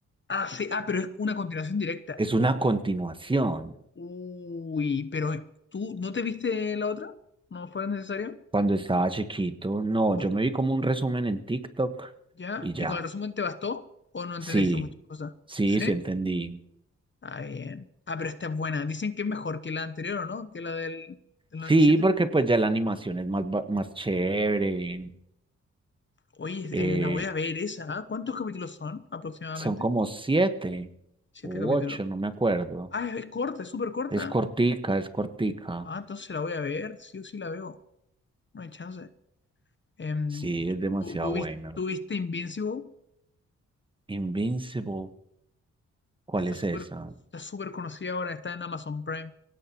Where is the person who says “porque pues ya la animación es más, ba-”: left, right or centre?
Right